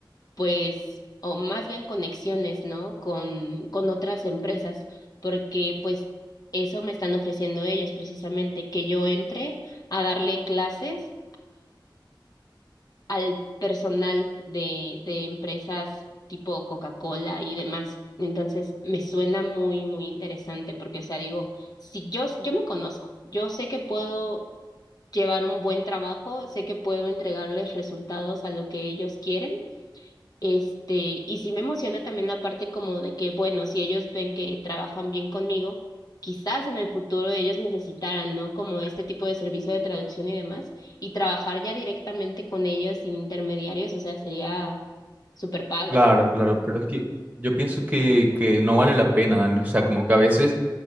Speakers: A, on the left (about 50°); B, on the right (about 20°).
A: pues, o más bien conexiones, ¿no? Con, con otras empresas, porque pues eso me están ofreciendo ellos precisamente, que yo entre a darle clases al personal de, de empresas tipo Coca-Cola y demás. Entonces, me suena muy, muy interesante porque, o sea, digo, si yo, yo me conozco, yo sé que puedo llevar un buen trabajo, sé que puedo entregarles resultados a lo que ellos quieren. Este, y sí me emociona también la parte como de que, bueno, si ellos ven que trabajan bien conmigo, quizás en el futuro ellos necesitaran, ¿no? Como este tipo de servicio de traducción y demás, y trabajar ya directamente con ellos sin intermediarios, o sea, sería súper padre.
B: Claro, claro, pero es que yo pienso que, que no vale la pena, Dani. O sea, como que a veces